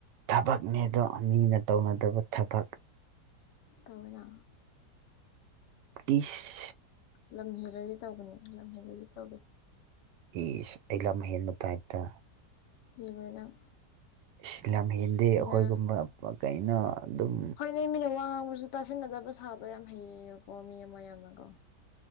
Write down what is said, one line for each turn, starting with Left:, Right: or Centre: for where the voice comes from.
Right: ꯊꯕꯛꯅꯦ ꯑꯗꯣ ꯃꯤꯅ ꯇꯧꯅꯗꯕ ꯊꯕꯛ
Left: ꯇꯧꯋꯤꯅ
Right: ꯏꯁ
Left: ꯂꯝ ꯍꯦꯜꯂꯗꯤ ꯇꯧꯕꯅꯤ ꯂꯝ ꯍꯦꯜꯗꯗꯤ ꯇꯧꯔꯣꯏ
Right: ꯏꯁ ꯑꯩ ꯂꯝ ꯍꯦꯟꯕꯩ ꯇꯥꯏꯞꯇ
Left: ꯀꯤꯕꯔ ꯅꯪ
Right: ꯏꯁ ꯂꯝ ꯍꯦꯟꯗꯦ
Left: ꯃꯤꯅ
Right: ꯑꯩꯈꯣꯏꯒꯨꯝꯕ ꯀꯩꯅꯣ ꯑꯗꯨꯝ
Left: ꯑ ꯃꯤꯅ ꯋꯥ ꯉꯥꯡꯕꯁꯨ ꯇꯥꯁꯤꯟꯅꯗꯕ ꯁꯥꯕ ꯌꯥꯝ ꯍꯩꯌꯦꯕꯀꯣ ꯃꯤ ꯑꯃ ꯌꯥꯝꯅꯀꯣ